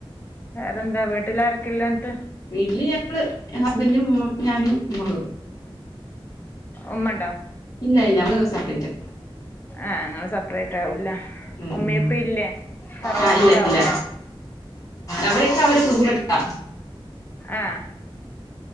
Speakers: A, on the left (about 20°); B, on the left (about 35°).
A: വേറെന്താ വീട്ടിലാരൊക്കെല്ലേൻത്ത്
B: വീട്ടില് ഞങ്ങള് ഹസ്ബന്റും ഞാനും മോളും
A: ഉമ്മണ്ടോ
B: ഇല്ല ഇല്ല നമ്മള് സപ്രേറ്റാ
A: ആഹ് ങ്ങള് സെപ്പറേറ്റ് ആവൂല്ലേ
B: ഉം
A: ഉമ്മീപ്പീമ്മ്
B: ഉം
A: ഇല്ലേ തറവാട്ടിലാവൂല്ലേ
B: ആ ഇല്ല ഇല്ല അവരൊക്കെ അവരെ കുടുംബത്താ
A: ആഹ്